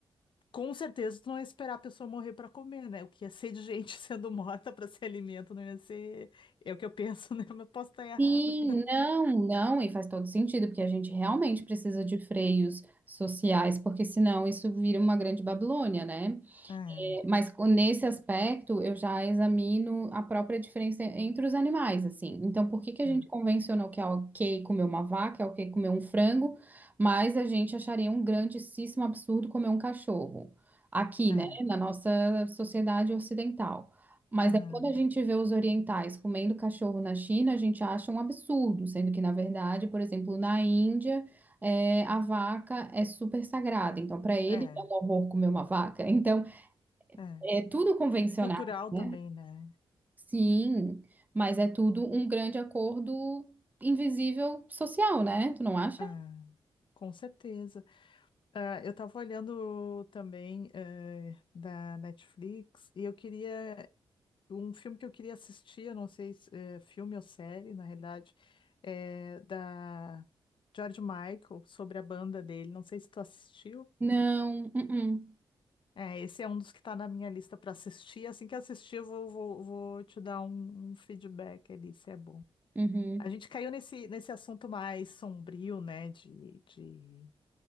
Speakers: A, on the left (about 60°); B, on the right (about 20°).
A: com certeza tu não ia esperar a pessoa morrer para comer, né? O que ia ser de gente <laughs> sendo morta para ser alimento não ia ser. É o que eu penso, <laughs> né? Mas posso estar errada.
B: Sim, não, não, e faz todo sentido, porque a gente realmente precisa de freios sociais, porque senão isso vira uma grande Babilônia, né?
A: É,
B: Mas co- nesse aspecto, eu já examino a própria diferença entre os animais, assim. Então, por que que a
A: é,
B: gente convencionou que é ok comer uma vaca, é ok comer um frango, mas a gente acharia um grandíssimo absurdo comer um cachorro? Aqui,
A: é,
B: né, na nossa sociedade ocidental. Mas
A: aham,
B: aí, quando a gente vê os orientais comendo cachorro na China, a gente acha um absurdo, sendo que, na verdade, por exemplo, na Índia, é, a vaca é super sagrada. Então, para ele,
A: é,
B: é um horror comer uma vaca. <laughs> Então,
A: é.
B: é tudo convencional,
A: Cultural
B: né?
A: também, né?
B: Sim, mas é tudo um grande acordo invisível social, né? Tu não acha?
A: É, com certeza. Ah, eu tava olhando também eh, da Netflix e eu queria um filme que eu queria assistir, eu não sei se é filme ou série, na realidade, é da George Michael, sobre a banda dele. Não sei se tu assistiu.
B: Não. Uh-uh.
A: É, esse é um dos que tá na minha lista para assistir. Assim que assistir, eu vou, vou, vou te dar um, um feedback ali, se é bom.
B: Uhum.
A: A gente caiu nesse, nesse assunto mais sombrio, né, de, de,